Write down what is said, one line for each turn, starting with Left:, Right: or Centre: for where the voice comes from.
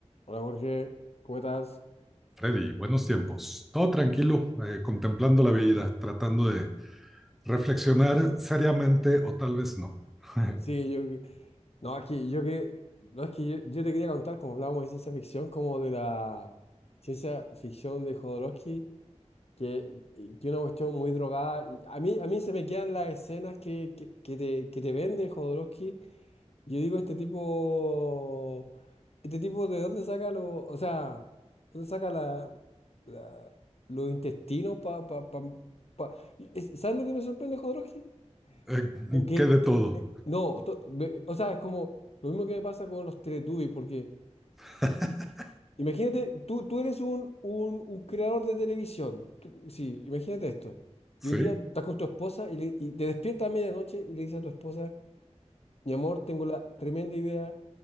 Left: Hola Jorge, ¿cómo estás?
Centre: Freddy, buenos tiempos. Todo tranquilo, eh, contemplando la vida, tratando de reflexionar seriamente o tal vez no. <laughs>
Left: Eh, Sí, yo... No, aquí yo que... No, es que yo, yo te quería contar, como hablábamos de ciencia ficción, como de la ciencia ficción de Jodorowsky, que es una cuestión muy drogada. y A mí, a mí se me quedan las escenas que, que, que te, que te vende Jodorowsky. Yo digo, este tipo... Este tipo, ¿de dónde saca lo... O sea, ¿dónde saca la, la- los intestinos para... Pa, pa, pa- pa- ¿Sabes lo que me sorprende, Jodorowsky?
Centre: Eh,
Left: o que,
Centre: ¿Qué de todo?
Left: que- eh, no, to- ve- o sea, es como lo mismo que me pasa con los Teletubbies, porque
Centre: <laughs>
Left: imagínate, tú, tú eres un, un, un creador de televisión, tú- sí, imagínate esto,
Centre: ¿Sí?
Left: y un día estás con tu esposa y, le- y te despiertas a medianoche y le dices a tu esposa, mi amor, tengo la tremenda idea